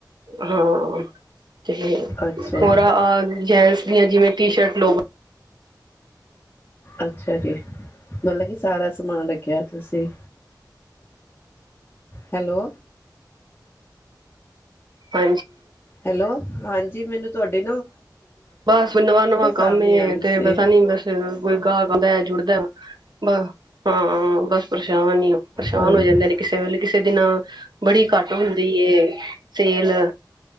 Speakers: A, on the right; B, on the left.
A: ਹਾਂ ਤੇ
B: ਅੱਛਾ
A: ਹੋਰ
B: ਜੀ,
A: ਜੇਂਟਸ ਜਿਵੇਂ ਟੀ ਸ਼ਰਟ ਲੋਅਰ
B: ਅੱਛਾ ਜੀ ਮਤਲਬ ਕੀ ਸਾਰਾ ਸਮਾਨ ਰੱਖਿਆ ਤੁਸੀਂ ਹੈਲੋ।
A: ਹ।
B: ਹੈਲੋ। ਹਾਂਜੀ ਮੈਨੂੰ ਤੁਹਾਡੇ
A: ਬਸ ਨਵਾਂ ਨਵਾਂ
B: ਸਾਫ਼
A: ਕੰਮ
B: ਨੀ ਆ ਰਹੀ ਸੀ।
A: ਤੇ ਵੈਸਾ ਨੀ ਬਸ ਕੋਈ ਗਾਹਕ ਅਉਂਦਾ ਏ ਜੁੜਦਾ ਵ ਬਸ। ਹਾਂ ਬੱਸ। ਹੀ ਹੋ ਪਰੇਸ਼ਾਨ
B: ਹਾਂਜੀ,
A: ਹੋ ਜਾਂਦੇ ਨੇ ਕਿਸੇ ਵੇਲੇ ਕਿਸੇ ਦਿਨ <unintelligible> ਬੜੀ ਘੱਟ ਹੁੰਦੀ ਸੇਲ